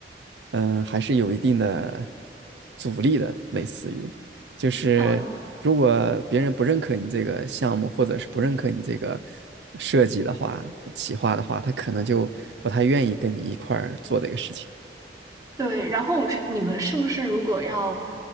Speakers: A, on the right; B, on the right.
A: 嗯、呃还是有一定的阻力的，类似于就是如果别人不认可你这个项目，
B: 呃，
A: 或者是不认可你这个设计的话、企划的话，他可能就不太愿意跟你一块儿做这个事情。
B: 对，然后是你们是不是如果要